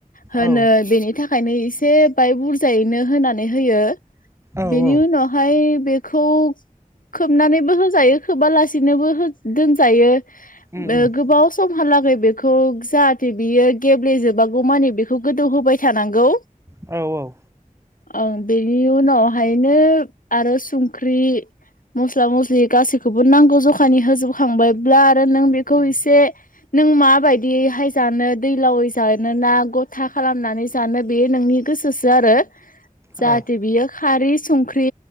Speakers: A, on the left (about 70°); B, on the right (about 20°).
A: होनो
B: औ
A: बेनि थाखायनो एसे बाय बुरजायैनो होनानै होयो
B: औ
A: बेनि
B: औ
A: उनावहाय बेखौ खोबनानैबो होजायो खोबा लासिनोबो दोनजायो
B: उम उम
A: गोबाव समहालागै बेखौ जाहाथे बियो गेब्लेजोबागौ मानिे बेखौ गोदौ होबाय थानांगौ
B: औ औ
A: ओं बेनि उनावहायनो आरो संख्रि मस्ला मस्लि गासैखौबो नांगौ जखानि होजोबो खांबाय ब्ला आरो नों बेखौ
B: उम
A: इसे नों माबादियैहाय जानो दैलावै जा नैना गथा खालामनानै जानो बेयो नोंनि गोसोसो आरो जाहाथे
B: औ
A: बियो खारै संख्रि